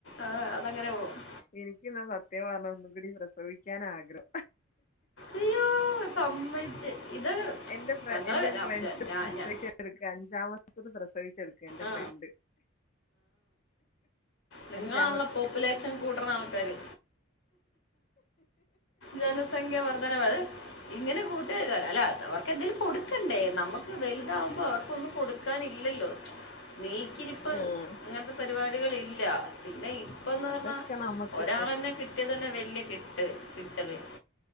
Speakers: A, on the left; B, on the left.
A: അത് അതങ്ങനെ പോകും
B: എനിക്കിന്നാ സത്യം പറഞ്ഞാ ഒന്നും കൂടിം പ്രസവിക്കാനാഗ്രം
A: അയ്യോ സമ്മയിച്ച് ഇത്
B: എന്റെ
A: ഞങ്ങള്
B: എന്റെ ഒരു
A: ഞാ
B: ഫ്രണ്ട്
A: ഞാ ഞാൻ
B: <unintelligible> അഞ്ചാമത്തത് പ്രസവിച്ചെടുക്കാ എന്റെ
A: ആ
B: ഫ്രണ്ട്
A: നിങ്ങളാണല്ലേ
B: അഞ്ചാമത്തെ
A: പോപ്പുലേഷൻ കൂട്ടണ ആൾക്കാര് ജനസംഖ്യാ വർദ്ധനവ് അത് ഇങ്ങനെ കൂട്ടീയാ അല്ല അവർക്ക് എന്തേലും കൊടുക്കണ്ടേ നമ്മക്ക് വെലുതാവുമ്പോ അവർക്കൊന്നും കൊടുക് ക്കാൻ ഇല്ലല്ലോ നീക്കിരിപ്പ്
B: ആഹ്
A: അങ്ങനത്തെ പരിപാടികൾ ഇല്ല പിന്നെ ഇപ്പന്ന്
B: അതൊക്കെ
A: പറഞ്ഞാ
B: നമുക്ക്
A: ഒരാളെന്നെ കിട്ടിയതെന്നെ വെല്യ കിട്ട് കിട്ടല്